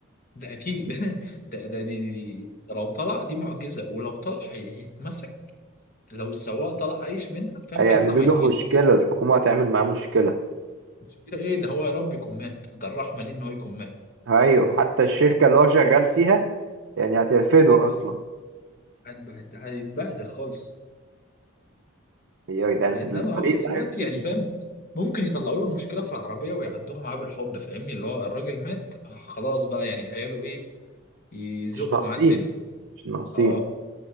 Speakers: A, on the left; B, on the right.
A: ده أكيد <laughs> ده ده دي, دي, دي ده لو طلع دي معجزة ولو طلع هي- هيتمسك لو السواق طلع عايش منها فاهم
B: هيعملوا
A: هيطلع ميتين
B: له مشكلة الحكومة هتعمل معاه مشكلة
A: مشكلة إيه ده هو يا رب يكون مات ده الرحمة ليه إن هو يكون
B: أيوة حتى الشركة اللي هو شغال فيها يعني هترفضه
A: مات
B: أصلا
A: هتبهد- هيتبهدل خالص
B: يا جدعان
A: انما
B: الطريق
A: هو دلوقتي
B: ده يا ابني
A: يعني فاهم ممكن يطلعوا له المشكله في العربيه ويعدوها معاه بالحب فاهمني اللي هو الراجل مات آه، خلاص بقى يعني عياله ايه يزقوا
B: مش ناقصين
A: معاه الدنيا
B: مش ناقصين
A: اه